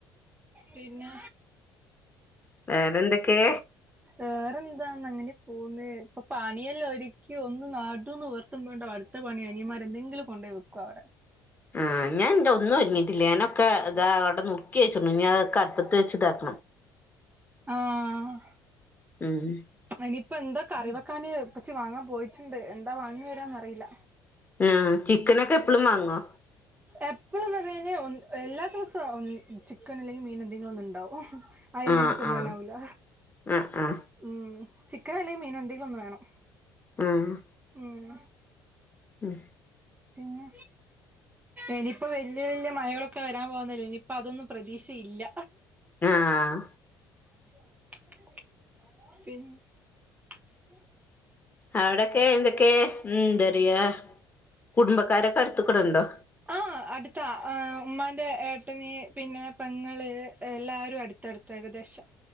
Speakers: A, on the right; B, on the left.
A: പിന്നെ
B: വേറെന്തൊക്കെ
A: വേറെന്താന്ന അങ്ങനെ പോകുന്നു ഇപ്പൊ പണിയല്ല ഒരിക്കി ഒന്ന് നടു നിവർത്തി എത്ത്പണ്ടോ അടുത്ത പണി അനിയമാരെന്തെിലും കൊണ്ടോ വക്കോ അവരെ
B: ആഹ് ഞാൻന്റെ ഒന്നും ഒരുങ്ങിട്ടില്ല ഞാനൊക്കെ ഇതാ അവിടെ നുക്കി വെച്ചി ഇനി അതൊക്കെ അടുത്തത്ത് വച്ചതാക്ക
A: ആഹ്
B: ഉം
A: അനിയിപ്പ എന്താ കറിവെക്കാാന് പച്ചി വാങ്ങാൻ പോയിട്ടുണ്ട് എന്താ വാങ്ങി വരാന്ന്റിയില്ല
B: ആഹ് ചിക്കനൊക്കെ എപ്പഴും വാങ്ങോ
A: എപ്പോഴന്ന് പറഞ്ഞ എല്ലാ ദിവസവും ചിക്കൻ അല്ലെങ്കിൽ മീൻ എന്തെങ്കിലും ഒന്നും ഉണ്ടാവും ഓഹ് ആയില്ലെങ്കി
B: ആ
A: തിന്നാനാവൂല
B: ആ ആ ആ
A: ഉം ചിക്കൻ അല്ലേ മീനോ എന്തെങ്കിലും ഒന്നന്ന് വേണം
B: ആഹ്
A: ഉം
B: ഉം
A: പിന്നെ ഇനിയിപ്പോ വലിയ വലിയ മഴകളൊ ക്കെ വരാൻ പോകുന്നല്ലേ ഇനിയിപ്പ അതൊന്നും പ്രതീക്ഷയില്ല
B: ആഹ്
A: <unintelligible> പിന്നെ <inaudible>
B: അവിടൊക്കെ എന്തൊക്കെയ ഉം എന്തറിയാ കുടുംബക്കാരൊക്കെ അടുത്തക്കൂടണ്ടോ
A: ആഹ് അടുത്താ ഉമ്മാന്റെ ഏട്ടനി പിന്നെ പെങ്ങള് എല്ലാവരും അടുത്തടുത്ത ഏകദേശം